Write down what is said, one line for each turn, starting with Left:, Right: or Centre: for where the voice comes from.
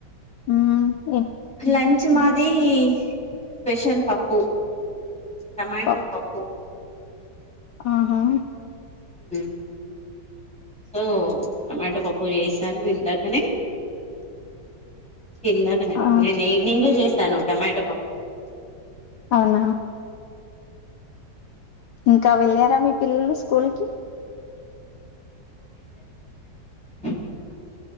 Left: హు
Centre: లంచ మాదిి స్పెషల్ పప్పు టమాటో
Left: పప్
Centre: పప్పు
Left: ఆహా
Centre: మ్ సో టమట పప్పు చెస్ టం తింటాకనే ఇందకనే అండి
Left: ఆ
Centre: నిన్న ఈవినింగ్ ఏ చెస్ తను టొమాటో పప్పు
Left: అవునా ఇంకా వెళ్ళారా మీ పిల్లలు స్కూల్ కి
Centre: పిలు